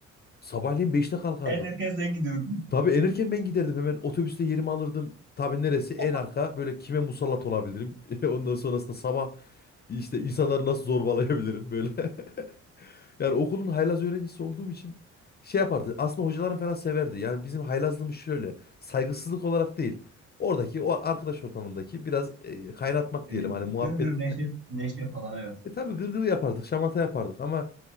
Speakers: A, on the left (about 35°); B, on the right (about 40°).
A: sabahleyin beşte kalkardım.
B: En erken sen gidiyordun.
A: Tabii en erken ben giderdim hemen otobüste yerimi alırdım. Tabii neresi en
B: <laughs>
A: arka böyle kime musallat olabilirim. <laughs> Ondan sonrasında sabah işte insanları nasıl zorbalayabilirim böyle. <laughs> Yani okulun haylaz öğrencisi olduğum için şey yapardı. Aslında hocalarım falan severdi. Yani bizim haylazlığımız şöyle. Saygısızlık olarak değil. Oradaki o arkadaş ortamındaki biraz e, kaynatmak
B: E,
A: diyelim. Hani muhabbet.
B: gır neşe, neşe falan evet.
A: E tabii gırgır yapardık. Şamata yapardık. Ama